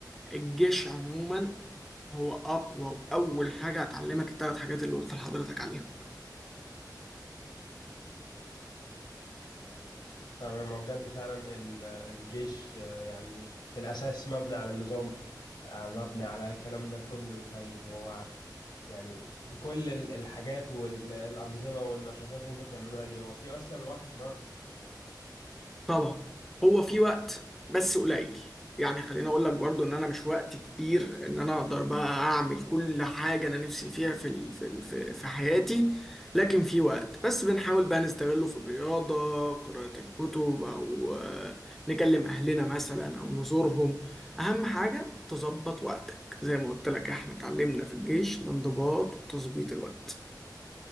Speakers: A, in the centre; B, on the left (about 75°).
A: الجيش عموما هو أقوى وأول حاجة هتعلمك التلات حاجات اللي قلت لحضرتك عليهم
B: تمام ما بجد فعلا ال- الجيش آه، يعني في الأساس مبني على النظام آه، مبني على الكلام ده كله طيب هو يعني بكل ال- الحاجات والأنظمة والنشاطات اللي انت بتعملوها دي هو في أصلا وقت فراغ
A: طبعا هو في وقت بس قليل يعني خليني اقول لك برضو ان انا مش وقت كبير ان انا اقدر بقى اعمل كل حاجه انا نفسي فيها في ال- في ال- في في حياتي لكن في وقت بس بنحاول بقى نستغله في الرياضه قراءه الكتب او آه، نكلم اهلنا مثلا او نزورهم اهم حاجه تظبط وقتك زي ما قلت لك احنا اتعلمنا في الجيش الانضباط وتظبيط الوقت